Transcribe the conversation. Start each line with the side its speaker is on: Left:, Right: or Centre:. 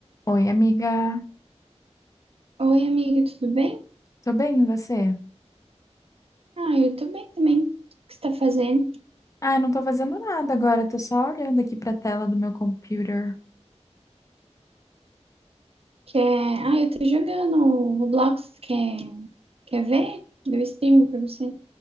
Left: Oi, amiga.
Right: Oi, amiga, tudo bem?
Left: Tô bem, e você?
Right: Ah, eu tô bem também. O que você tá fazendo?
Left: Ah, eu não tô fazendo nada agora, tô só olhando aqui pra tela do meu computer.
Right: Quer... Ah, eu tô jogando o Roblox. Quer... Quer ver? Deu stream pra você.